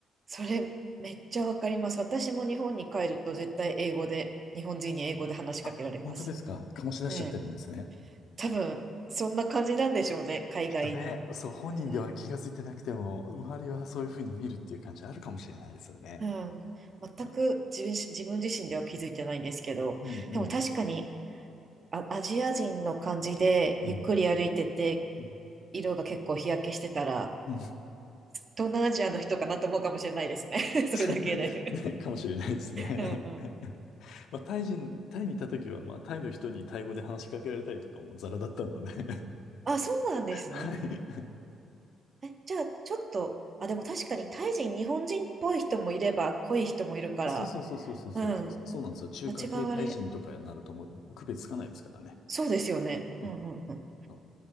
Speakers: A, on the right; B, on the left.
A: それめっちゃわかります。私も日本に帰ると絶対英語で、日本人に英語で話しかけられます。
B: あ、本当ですか。醸し出しちゃってるんですね。
A: うん。多分、そんな感じなんでしょうね、海外に。
B: きっとね、そう、本人では気がついてなくても、
A: うん。
B: 周りはそういうふうに見るっていう感じあるかもしれないですよね。
A: うん。全く自分、
B: う
A: 自分自身では気づいてないんですけど、
B: んうんうん。
A: でも確かにあ、アジア人の感じでゆっくり歩いてて、
B: うんうん
A: 色が結構日焼けしてたら、
B: うん
A: 東南アジアの人かなと思うかもしれないですね。<laughs> それだけで。
B: <laughs> ね、かもしれないですね。
A: うんうん。
B: <laughs> まあ、タイ人、タイにいた時は、まあ、タイの人にタイ語で話しかけられたりとかもザラだったので <laughs>
A: あ、そうなんですね。
B: はい。
A: え、じゃあ、ちょっと、あ、でも確かにタイ人、日本人っぽい人もいれば、濃い人もいるから、
B: えそうそうそうそうそうそうそうそう、
A: うん、
B: そうなんですよ。中華系タイ人とかになるともう区別つかないですからね。
A: 間違われ、そうですよね。
B: うん。
A: うんうんうん。
B: そう